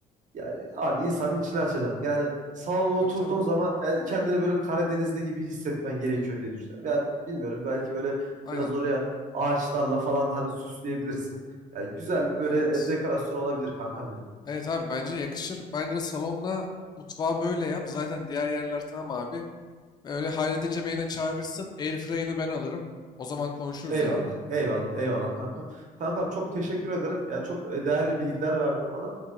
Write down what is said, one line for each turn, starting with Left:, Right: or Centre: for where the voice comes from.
Right: Ya abi insanın içini açacak. Yani salona oturduğun
Left: Tabii tabii.
Right: zaman yani kendini böyle Karadeniz'de gibi hissetmen gerekiyor diye düşünüyorum. Yani bilmiyorum belki böyle
Left: Aynen.
Right: biraz oraya ağaçlarla falan da hani süsleyebilirsin. Yani güzel bir böyle
Left: Evet.
Right: e, dekorasyon olabilir kankam benim.
Left: Evet abi bence yakışır. Bence salonla mutfağı böyle yap. Zaten diğer yerler tamam abi. Öyle halledince beni de çağırırsın. Airfryer'ını ben alırım. O zaman konuşuruz
Right: Eyvallah,
Left: yani.
Right: eyvallah, eyvallah kankam. Kankam çok teşekkür ederim. Yani çok e, değerli bilgiler verdin bana.